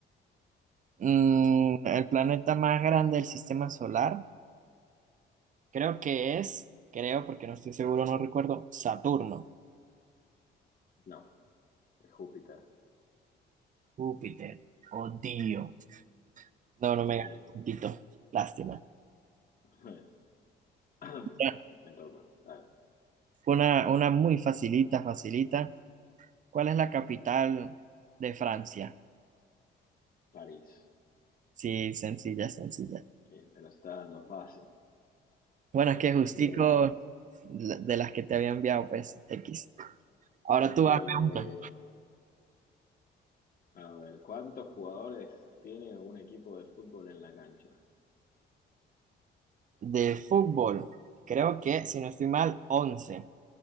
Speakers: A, on the right; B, on the left.
A: Mm, el planeta más grande del sistema solar, creo que es, creo porque no estoy seguro, no recuerdo, Saturno,
B: No, es Júpiter.
A: Júpiter, odio. No, no
B: Sí.
A: me gana puntito, lástima.
B: <laughs> <clears throat>
A: Ya,
B: Me toca, dale.
A: Una, una muy facilita, facilita. ¿Cuál es la capital de Francia?
B: París.
A: Sí, sencilla, sencilla.
B: Eh, me lo está dando fácil.
A: Bueno, es que justico
B: Eh,
A: la- de las que te había enviado, pues, X. Ahora tú
B: eh,
A: hazme una.
B: a ver, ¿cuántos jugadores tiene un equipo de fútbol en la cancha?
A: De fútbol, creo que, si no estoy mal, once,